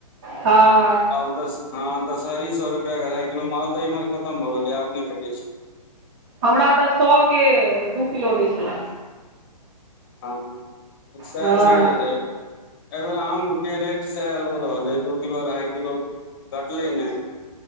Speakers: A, on the right; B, on the left.
A: हां।
B: आब दस हां दशहरी सौ रुपया के अढ़ाए किलो मालदह इम्हर खत्म भऽ गेलय आब नै भेटय छै।
A: हमरा तै सौ के दू किलो दै छलै।
B: हां सैह
A: हँ
B: छै ए बेर। ए बेेर आम के रेट सेह रहलै दू किलो अढ़ाय किलो घटलै नै।